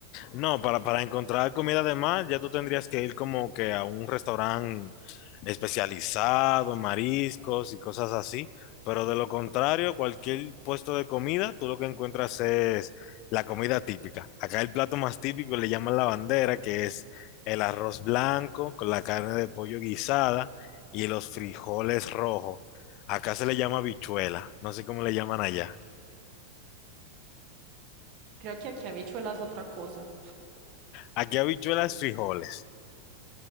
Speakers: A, on the left (about 40°); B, on the right (about 40°).
A: No, para, para encontrar comida de mar, ya tú tendrías que ir como que a un restaurante especializado en mariscos y cosas así. Pero de lo contrario, cualquier puesto de comida, tú lo que encuentras es la comida típica. Acá el plato más típico le llaman la bandera, que es el arroz blanco con la carne de pollo guisada y los frijoles rojos. Acá se le llama habichuela, no sé cómo le llaman allá.
B: Creo que aquí habichuelas es otra cosa.
A: Aquí habichuelas frijoles.